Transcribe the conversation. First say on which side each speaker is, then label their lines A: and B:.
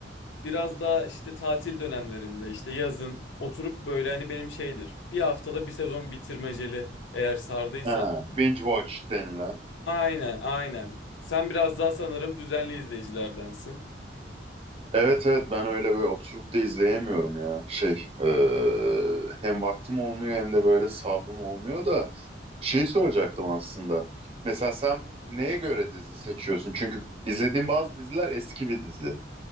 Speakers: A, on the left; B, on the right.
A: Biraz daha işte tatil dönemlerinde işte yazın oturup böyle hani benim şeydir. Bir haftada bir sezon bitirmeceli eğer sardıysa.
B: Ha, binge watch denilen.
A: Aynen aynen. Sen biraz daha sanırım düzenli izleyicilerdensin.
B: Evet evet ben öyle böyle oturup da izleyemiyorum ya. Şey eee, hem vaktim olmuyor hem de böyle sabrım olmuyor da şeyi soracaktım aslında. Mesela sen neye göre dizi seçiyorsun? Çünkü izlediğim bazı diziler eski bir dizi.